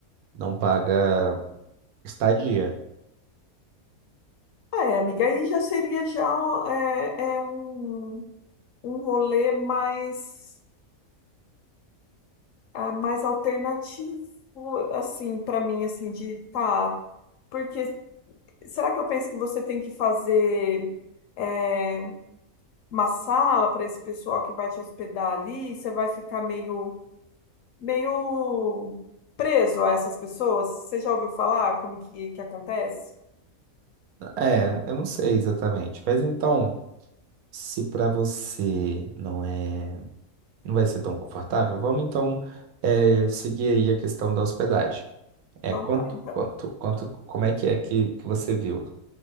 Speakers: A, on the right; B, on the left.
A: não paga estadia.
B: Ah, é, amiga, aí já seria já é, é um, um rolê mais ah, mais alternativo assim para mim assim de tá, porque será que eu penso que você tem que fazer é, uma sala para esse pessoal que vai te hospedar ali, você vai ficar meio, meio preso a essas pessoas. Você já ouviu falar como que, que acontece?
A: É, eu não sei exatamente. Mas então, se para você não é Não vai ser tão confortável? Vamos então eh, seguir aí a questão da hospedagem. É
B: Então
A: quanto,
B: tá. Então,
A: quanto, quanto, como é que é que, que você viu?